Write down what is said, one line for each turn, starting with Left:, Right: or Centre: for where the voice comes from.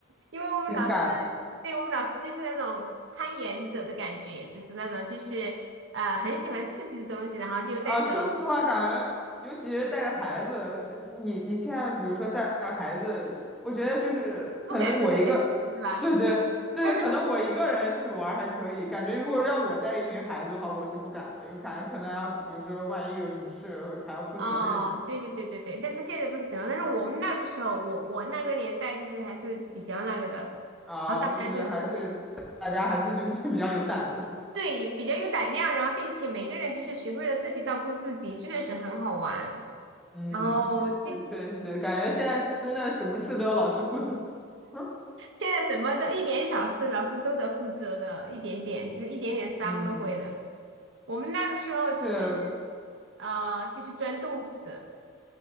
Right: 因为我们老师，
Centre: 挺敢的。
Right: 对我们老师就是那种攀岩者的感觉，就是那种就是呃很喜欢刺激的东西，然后就带着
Centre: 啊，说实话，感觉尤其是带着孩子，呃你你现在比如说带着孩子，我觉得就是可能我一个，
Right: 不敢做这些东西，是吧？
Centre: 对对对，
Right: <laughs>
Centre: 可能我一个人去玩儿还可以，感觉如果要我带一群孩子的话，我是不敢的，因为感觉可能要比如说万一有什么事还要负责任什么
Right: 哦，对对对对对，但是现在不行了。但是我们那个时候，我我那个年代就是还是比较那个的，
Centre: 啊，
Right: 然后大家都是
Centre: 就是还是大家还是就是 <laughs> 比较有胆子，
Right: 对比较有胆量，然后并且每个人就是学会了自己照顾自己，真的是很好玩。
Centre: 嗯，
Right: 然后记
Centre: 确实确实，感觉现在真的什么事都要老师负责，<laughs>
Right: 现在什么都一点小事，老师都得负责的，一点点，就是一点点伤都会的。
Centre: 嗯，
Right: 我们那个时候就是，
Centre: 是
Right: 呃，就是钻洞子，